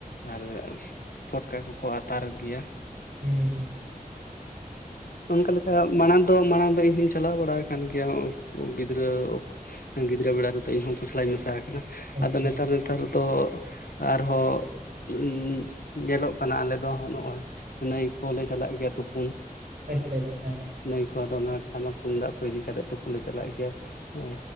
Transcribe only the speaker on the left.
ᱟᱨ ᱯᱷᱚᱴᱠᱟ ᱠᱚᱠᱚ ᱟᱛᱟᱨ ᱜᱮᱭᱟ᱾
ᱚᱱᱠᱟ ᱞᱮᱠᱟ ᱢᱟᱲᱟᱝ ᱫᱚ, ᱢᱟᱲᱟᱝ ᱫᱚ ᱤᱧ ᱦᱚᱧ ᱪᱟᱞᱟᱣ ᱵᱟᱲᱟ ᱟᱠᱟᱱ ᱜᱮᱭᱟ᱾ ᱚ ᱜᱤᱫᱽᱨᱟᱹ ᱚᱠ ᱦᱮᱸ ᱜᱤᱫᱽᱨᱟᱹ ᱵᱮᱲᱟ ᱨᱮᱫᱚ ᱤᱧᱦᱚᱸ ᱩᱝᱠᱩ ᱥᱟᱞᱟᱜ ᱤᱧ ᱢᱮᱥᱟ ᱟᱠᱟᱱᱟ᱾
ᱟᱫᱚ ᱱᱮᱛᱟᱨ ᱱᱮᱛᱟᱨ ᱫᱚ ᱟᱨᱦᱚᱸ <inaudible> ᱧᱮᱞᱚᱜ ᱠᱟᱱᱟ ᱟᱞᱮ ᱫᱚ ᱦᱚ ᱱᱚᱜᱼᱚᱭ ᱱᱟᱹᱭ ᱠᱚᱞᱮ ᱪᱟᱞᱟᱜ ᱜᱮᱭᱟ ᱛᱩᱯᱩᱱ᱾
ᱱᱟᱹᱭ ᱠᱚ ᱟᱫᱚ ᱚᱱᱟ ᱴᱟᱢᱟᱠ ᱛᱩᱢᱫᱟᱜ ᱠᱚ ᱤᱫᱤ ᱠᱟᱛᱮᱜ ᱛᱩᱯᱩᱞ ᱞᱮ ᱪᱟᱞᱟᱜ ᱜᱮᱭᱟ, ᱦᱮᱸ